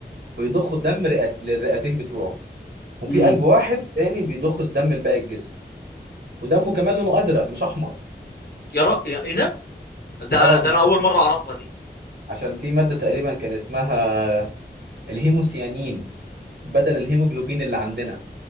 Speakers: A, on the right (about 80°); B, on the left (about 65°).
A: بيضخوا الدم رئت... للرئتين بتوعه وفي
B: امم
A: قلب واحد تاني بيضخ الدم لباقي الجسم ودمه كمان لونه ازرق مش احمر
B: يا را... يا ايه ده ده
A: اه
B: ده انا
A: عشان
B: اول مرة اعرفها دي
A: عشان في ماده تقريبا كان اسمها الهيموسيانين بدل الهيموجلوبين اللي عندنا